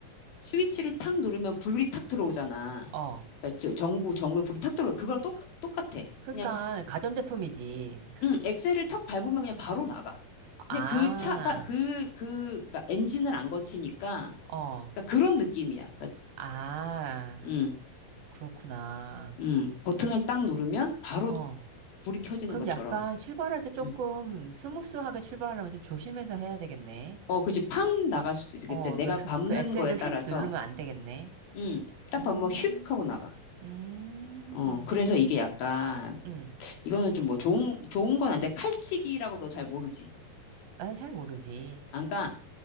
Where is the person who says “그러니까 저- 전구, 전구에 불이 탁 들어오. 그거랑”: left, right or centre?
Left